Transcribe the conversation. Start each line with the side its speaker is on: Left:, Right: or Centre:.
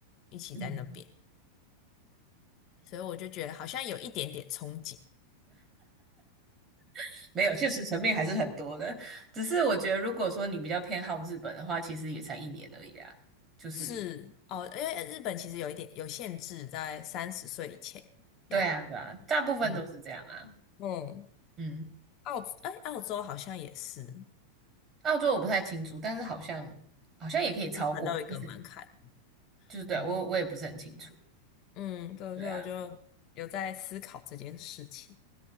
Left: 一起在那边，
Right: 嗯，
Left: 所以我就觉得好像有一点点憧憬。
Right: <laughs> 没有，现实层面还是很多的。只是我觉得，如果说你比较偏好日本的话，其实也才一年而已啊。就是，
Left: 是哦，因为日本其实有一点有限制，在三十岁以前要。
Right: 对啊，对啊，大部分都是这样啊。
Left: 嗯嗯，
Right: 嗯。
Left: 澳，哎，澳洲好像也是，
Right: 澳洲我不太清楚，但是好像好像也可以超过，
Left: 一本都有一个门槛。
Right: 但是就是对啊我我也不是很清楚。
Left: 嗯嗯，对，
Right: 对啊，
Left: 所以我就有在思考这件事情，